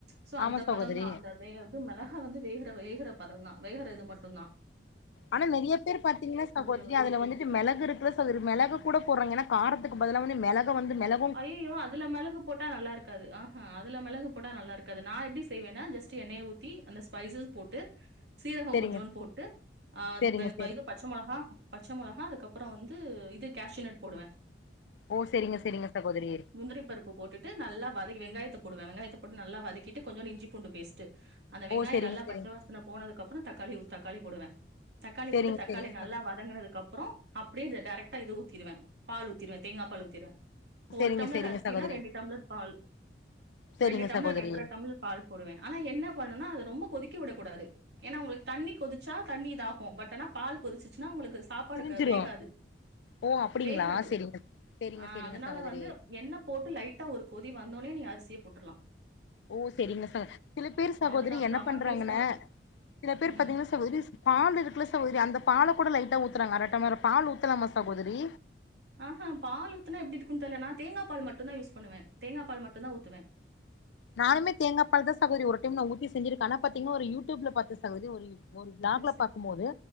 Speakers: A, on the right (about 75°); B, on the left (about 80°).
A: சோ
B: ஆமா
A: அந்த
B: சகோதரி
A: பதம் தான் அந்த வே இது மெளகா வந்து வேகற வேகற பதம் தான் வேகற இது மட்டுந்தான்
B: ஆனா நெறைய பேர் பாத்தீங்கன்னா சகோதரி
A: தேவல்ல
B: அதுல வந்துட்டு மெளகு இருக்குல <unintelligible> மெளகு கூட போடுறாங்க ஏனா காரத்துக்கு பதிலா வந்து மெளகு வந்து மெள
A: அய்யயோ அதுல மெளகு போட்டா நல்லா இருக்காது ஆஹா அதுல மெளகு போட்டா நல்லா இருக்காது நா எப்டி செய்வேனா ஜெஸ்ட்டு எண்ணைய ஊத்தி அந்த ஸ்பைசஸ் போட்டு சீரக
B: செரிங்க
A: கொஞ்சோன்டு போட்டு ஆ
B: செரிங்க
A: <unintelligible>
B: செரி
A: பச்ச மொளகா பச்ச மொளகா அதுக்கு அப்புறோ வந்து இது கேஷூனட் போடுவ
B: ஓ செரிங்க செரிங்க சகோதரி
A: முந்திரி பருப்பு போட்டுட்டு நல்லா வதக்கி வெங்காயத்தை போடுவே வெங்காயத்த போட்டு நல்லா வதகிட்டு கொஞ்சோன்டு இஞ்சி பூண்டு பேஸ்டு அந்த வெங்காய
B: ஓ செரிங்க
A: நல்லா
B: செரிங்க
A: பச்சை வாசனை போனதுக்கு அப்பற தக்காளி ஒரு தக்காளி போடுவே தக்காளி
B: செரிங்க
A: போட்டு தக்காளி
B: செரிங்க
A: நல்லா
B: சகோதரி
A: வதங்கனதுக்கு அப்றோ அப்டியே இது டரெக்டா இது ஊத்திருவே பால் ஊத்திருவே தேங்கா பால் ஊத்திருவே இப்ப
B: செரிங்க
A: ஒரு டம்ளர்
B: செரிங்க
A: அரிசனா
B: சகோதரி
A: ரெண்டு டம்பளர் பால்
B: செரிங்க
A: ரெண்டு டம்ளர்
B: சகோதரி
A: ரெண்டர டம்பளர் பால் போடுவே ஆனா என்ன பண்ணுனா அத ரொம்ப கொதிக்க விடக் கூடாது ஏன்னா உங்களுக்கு தண்ணி கொதிச்சா தண்ணி இதாகு பட் ஆனா பால் கொதிச்சுச்சுன்னா உங்களுக்கு சாப்பாடு
B: திரிஞ்சிரு
A: க வேகாது
B: ஓ அப்டிங்களா
A: வேகாது
B: செரிங்க செரிங்க
A: ஆ
B: செரிங்க
A: னால
B: சகோதரி
A: வந்து எண்ணெ போட்டு லைட்டா ஒரு கொதி வந்தோனே நீ அரிசிய போட்ருலா
B: ஓ செரிங்க ச சில பேரு சகோதரி
A: அவ்வளவுதான்
B: என்ன
A: செம்ம
B: பண்றாங்கனா
A: டேஸ்டா இருக்கும்
B: சில பேர்
A: ம்
B: பாத்தீங்னா சகோதரிஸ் பால் இருக்குல சகோதரி அந்த பால கூட லைட்டா ஊத்துறாங்க அர டம்ளர் பால் ஊத்தலாமா சகோதரி
A: ஆஹா பால் ஊத்துனா எப்டி இருக்குன்னு தெரில நா தேங்கா பால் மட்டு தா யூஸ் பண்ணுவே தேங்கா பால் மட்டு தா ஊத்துவே
B: நானுமே தேங்காப்பால் தா சகோதரி ஒரு டைம் நா ஊத்தி செஞ்சிருக்கே ஆனா பாத்தீங்ன்னா ஒரு யூ டியூப்ல பாத்த சகோதரி ஒரு யூ ஒரு விளாக்ல
A: சரி சரி
B: பாக்கும்போது